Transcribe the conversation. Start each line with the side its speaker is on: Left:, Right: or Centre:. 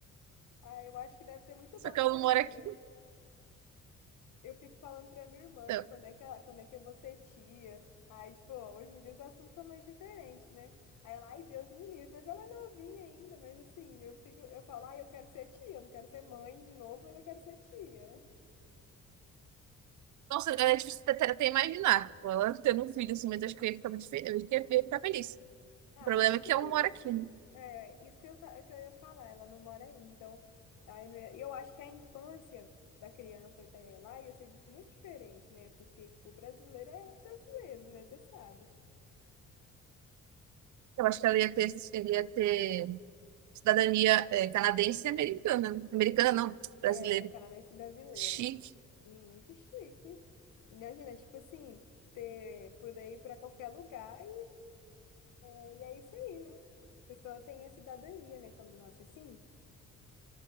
Left: Ah, eu acho que deve ser muito
Right: Só
Left: bom
Right: que ela
Left: de ser
Right: não mora
Left: tia.
Right: aqui,
Left: eu fico falando pra minha irmã,
Right: então.
Left: né? Quando é que ela, quando é que eu vou ser tia? Aí, tipo, hoje em dia os assuntos estão mais diferentes, né? Aí ela, ai, Deus me livre, mas ela é novinha ainda, mas assim, eu fico, eu falo, ai, eu quero ser tia, eu não quero ser mãe de novo, mas eu quero ser tia.
Right: Nossa, é difícil até, até imaginar. Tipo, ela tendo um filho assim, mas acho que eu ia ficar muito feliz. Eu ia eu ia ficar feliz.
Left: Ah,
Right: O problema
Left: a gente
Right: é que ela
Left: fica
Right: não mora
Left: assim.
Right: aqui, né?
Left: É, isso que eu, ta- que eu ia falar, ela não mora aí, então. Aí eu, não ia- eu acho que a infância da criança é, lá ia ser tipo, muito diferente, né? Porque, tipo, brasileiro é brasileiro, né? Você sabe.
Right: Eu acho que ela ia ter, ela ia ter cidadania é, canadense e americana. né? Americana não, brasileira.
Left: É, canadense brasileiro.
Right: Chique.
Left: Muito chique. Imagina, tipo assim, ter, poder ir para qualquer lugar e, e é isso aí, né? A pessoa tem a cidadania, né? Quando nasce assim,